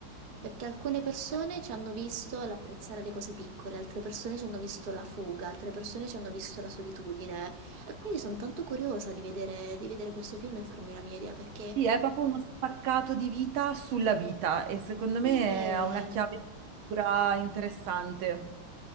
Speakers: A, on the right; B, on the right.
A: Perché alcune persone
B: eh.
A: ci hanno visto l'apprezzare le cose piccole, altre persone ci hanno visto la fuga, altre persone ci hanno visto la solitudine. E quindi sono tanto curiosa di vedere, di vedere questo film e farmi la mia idea, perché...
B: Sì, è proprio uno spaccato di vita sulla vita e secondo me
A: Eh,
B: ha una chiave di lettura interessante.